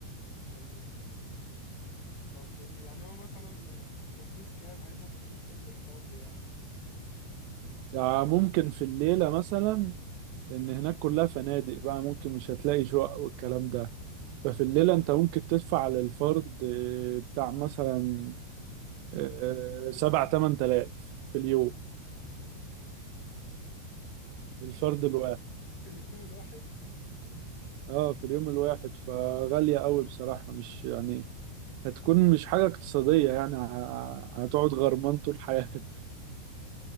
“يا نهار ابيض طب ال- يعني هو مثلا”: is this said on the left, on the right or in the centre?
Left